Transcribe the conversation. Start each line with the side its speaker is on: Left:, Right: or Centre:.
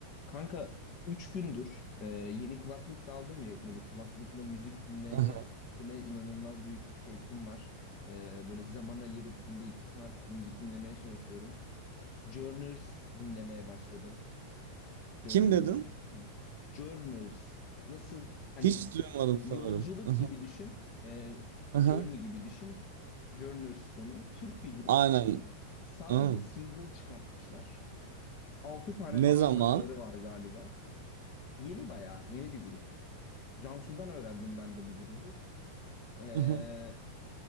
Left: Kanka 3 gündür e, yeni kulaklık da aldım ya böyle kulaklıkla müzik dinleme
Right: Aha.
Left: üstüne inanılmaz büyük bir şevkim var. E, böyle zaman ayırıp günde 2 saat müzik dinlemeye çalışıyorum. Journers dinlemeye başladım. Journers
Right: Kim dedin?
Left: dinlemiş miyim? Journers nasıl hani
Right: Hiç duymadım
Left: yolculuk
Right: sanırım. Aha.
Left: gibi düşün. E,
Right: Aha.
Left: journey gibi düşün. Journers sonu. Türk bir grup.
Right: Aynen.
Left: Sadece
Right: Aa.
Left: single çıkartmışlar. altı tane
Right: Ne
Left: falan
Right: zaman?
Left: şarkıları var galiba. Yeni bayağı yeni bir grup. Cansu'dan öğrendim ben de bu grubu. Ee,
Right: Aha.